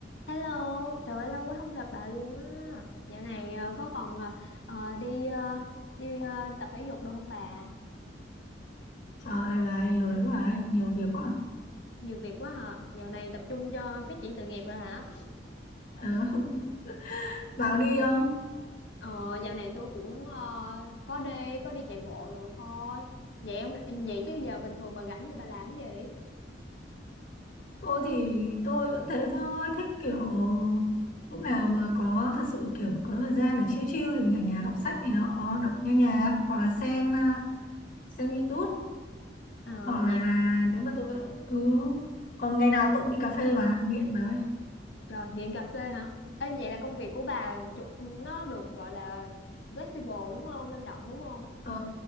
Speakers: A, on the left; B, on the left.
A: Hello, trời ơi, lâu quá không gặp bà luôn á. Dạo này ờ, có còn ờ, ờ, đi ờ, đi ờ, tập thể dục đâu không bà?
B: Trời ơi, lười quá ấy, nhiều việc quá. à.
A: Nhiều việc quá hả? Dạo này tập trung cho phát triển sự nghiệp rồi hả?
B: Ờ, <laughs> bảo đi
A: Dạ.
B: không?
A: Ờ, dạo này tôi cũng ờ, có đi có đi chạy bộ rồi thôi. Vậy ông vậy chứ giờ bình thường bà rảnh thì bà làm cái gì?
B: Tôi thì tôi vẫn thế thôi, thích kiểu lúc nào mà có thật sự kiểu có thời gian để chill chill thì mình ở nhà đọc sách này nọ, đọc nghe nhạc hoặc là xem à, xem YouTube
A: Ờ
B: hoặc là
A: vậy hả?
B: nếu mà tôi ừ còn ngày nào tôi cũng đi cà phê mà nghiện đấy.
A: Trời, nghiện cà phê hả? Ê, vậy là công việc của bà chủ- nó được gọi là flexible đúng không? Linh động đúng không?
B: Ờ